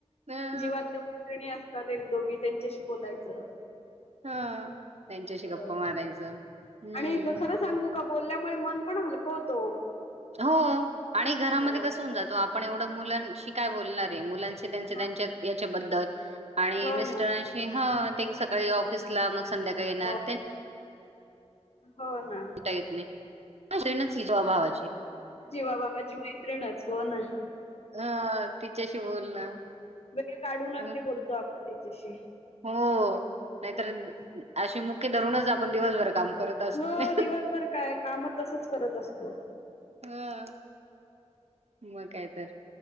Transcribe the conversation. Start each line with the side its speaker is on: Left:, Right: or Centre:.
Right: हं
Left: जीवातले णी असतात एक दोघी त्यांच्याशी बोलायचं
Right: हा त्यांच्याशी
Left: होय
Right: गप्पा मारायचं हम्म
Left: आणि ग- खरं सांगू का बोलल्यामुळे मन पण हलकव होतो
Right: हो आणि घरामध्ये
Left: हो
Right: कस होऊन जातो आपण एवढं मुलांशी काय बोलणार च्याबद्
Left: हा हो
Right: मिर सकाळी
Left: ना
Right: मग संध्याकाळी येणार
Left: हो हो ना
Right: ट शरीर सीज अ भाावाचे
Left: जीवाबाबाची मैत्रिणच हो ना
Right: हा तिच्याशी बोलणं
Left: वेळ काढून अगदी
Right: अं,
Left: बोलतो आपण त्याच्याशी
Right: हो नाहीतर अशी मुख्य धरूनच आपण दिवसभर काम करत असतो
Left: हो
Right: ना.
Left: दिवसभर काय काम तसच करत असतो
Right: हा मगय तर